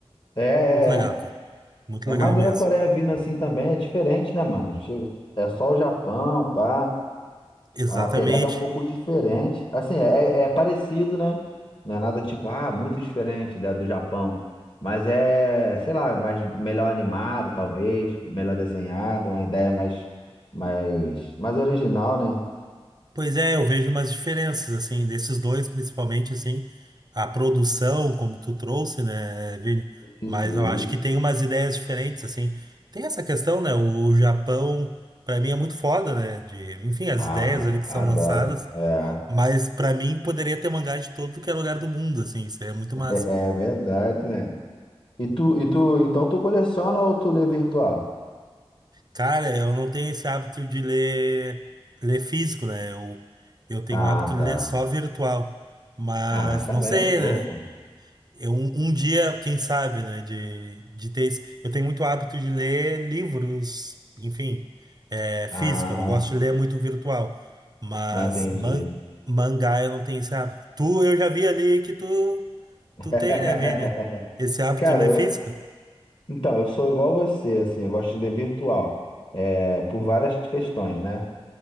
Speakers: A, on the left; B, on the right.
A: É, é,
B: Muito legal,
A: é.
B: cara. Muito
A: É
B: legal
A: maneiro
B: mesmo.
A: a Coreia vindo assim também, é diferente, né, mano? Chega- É só o Japão, pá.
B: Exatamente.
A: A pegada é um pouco diferente. Assim, é, é é parecido, né? Não é nada tipo, ah, muito diferente da do Japão. Mas é, sei lá, mais melhor animado, talvez, melhor desenhado, uma ideia mais, mais, mais original, né?
B: Pois é, eu vejo umas diferenças, assim, desses dois, principalmente, assim, a produção, como tu trouxe, né, Vini?
A: Isso,
B: Mas
A: isso.
B: eu acho que tem umas ideias diferentes, assim. Tem essa questão, né, o Japão, pra mim, é muito foda, né, de, enfim, as
A: Ah,
B: ideias
A: tá.
B: ali que
A: Adoro.
B: são lançadas,
A: É,
B: mas pra mim poderia ter mangá de todo que é lugar do mundo, assim, seria muito
A: <laughs>
B: massa.
A: é verdade, né? E tu, e tu, então tu coleciona ou tu lê virtual?
B: Cara, eu não tenho esse hábito de ler, ler físico, né, eu, eu tenho
A: Ah,
B: o hábito de
A: tá.
B: ler só virtual, mas
A: Ah, mas também
B: não sei,
A: é show,
B: né?
A: pô.
B: Eu, um, um dia, quem sabe, né, de, de ter. esse- Eu tenho muito hábito de ler livros, enfim, é, físico.
A: Ah,
B: Eu não gosto de ler muito virtual. Mas
A: não entendi.
B: man, mangá eu não tenho esse hábito. Tu, eu já vi ali que tu,
A: <laughs>
B: tu tem, né, Vini? Esse hábito
A: Cara,
B: de ler
A: eu,
B: físico?
A: então, eu sou igual você, assim, eu gosto de ler virtual, é, por várias questões, né?